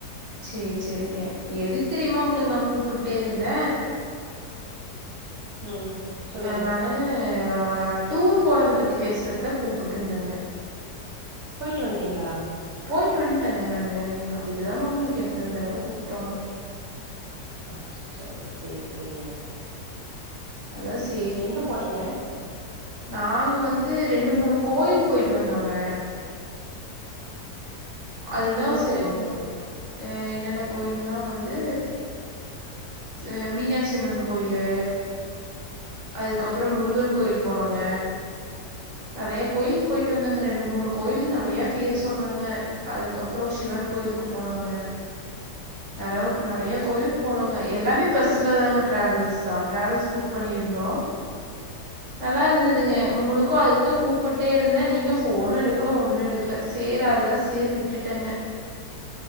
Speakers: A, on the right; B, on the right.
A: சேரி செரிங்க எதுக்கு தெரிமா உங்களுக்கு நா கூப்புட்டே இருந்த
B: ம் சொல்லுங்க.
A: நானு ஆஹ் டூர் போறத பத்தி பேசுறதுக்குதான் கூப்புட்டு இருந்தேங்க
B: போயிட்டு வந்ட்டீங்ளா
A: போயிட்டு வந்ட்டங்க நானு அதுக்கு தாங்க உங்களுக்கு எத்தன தடவ கூப்ட்டோ
B: அச்சச்சோ சேர் செரிங்க
A: <unintelligible>
B: எங்க போனீங்க
A: நாங்க வந்து ரெண்டு மூணு கோயில் போயிட்டு வந்தோங்க அதுதா
B: எந்தெந்த
A: செரி
B: கோயிலுங்க?
A: உங்ளுக் என்னென்ன கோயில்னா வந்து ஹ மீனாட்சியம்மன் கோயிலு அதுக்கப்பறம் முருகன் கோயில் போனோங்க நெறைய கோயில்க்கு போயிட்டு வந்தாங்க ரெண்டு மூணு கோயில் நெறைய பேர் சொன்னாங்க அதுக்கப்புறோ சிவன் கோயிலுக்கு போனோங்க பெறவு நெறைய கோயிலுக்கு போனோங்க எல்லாமே பஸ்ல தாங்க டிராவல்ஸ் தா டிராவல்ஸ் புக் பண்ணியிரு ந்தோ நல்லா இருந்ததுங்க உங்களுக்கு அதுக்தா கூப்புட்டே இருந்தே நீங்க போனு எடுக்கல ஒன்னு எடுக்கல சேர் அதுதா சேர் விட்டுட்டேங்க